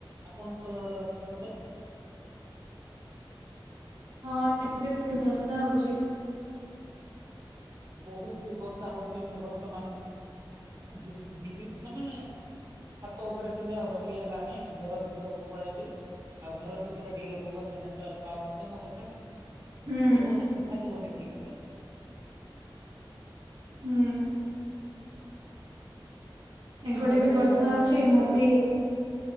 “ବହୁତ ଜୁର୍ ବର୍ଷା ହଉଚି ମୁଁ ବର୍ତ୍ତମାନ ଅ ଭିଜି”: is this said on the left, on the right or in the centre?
Right